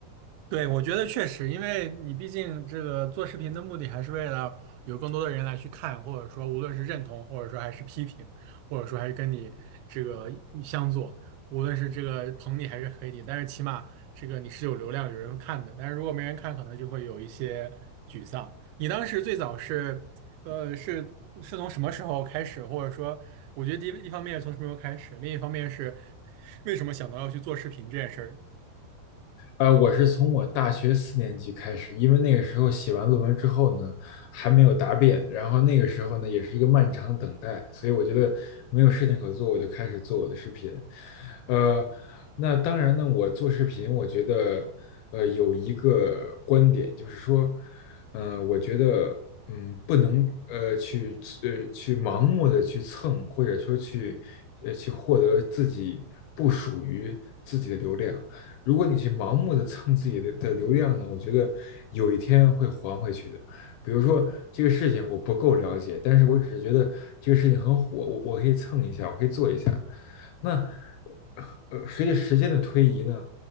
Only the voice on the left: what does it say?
呃，我是从我大学四年级开始，因为那个时候写完论文之后呢，还没有答辩，然后那个时候呢，也是一个漫长等待，所以我觉得没有事情可做，我就开始做我的视频。呃，那当然呢，我做视频，我觉得，呃，有一个观点就是说，呃，我觉得，嗯，不能呃去呃去盲目的去蹭，或者说去呃去获得自己不属于自己的流量。如果你去盲目的蹭自己的的流量呢，我觉得有一天会还回去的。比如说这个事情我不够了解，但是我只是觉得这个事情很火，我我可以蹭一下，我可以做一下。那呃，随着时间的推移呢，